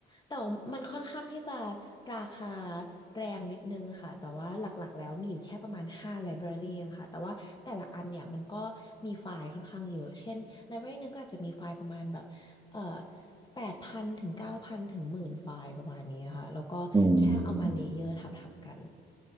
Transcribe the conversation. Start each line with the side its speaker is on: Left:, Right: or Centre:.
Left: แต่ว่ามันค่อนข้างที่จะราคาแรงนิดนึงค่ะแต่ว่าหลักๆแล้วมีอยู่แค่ประมาณ5 library เองค่ะแต่ว่าแต่ละอันเนี่ยมันก็มีไฟล์ค่อนข้างเยอะเช่น library หนึงก็อาจจะมีไฟล์ประมาณแบบเอ่อแปดพันถึงเก้าพันถึงหมื่นไฟล์ประมาณนี้ค่ะแล้วก็แค่เอามาเลเยอร์ทับๆกัน
Right: อืม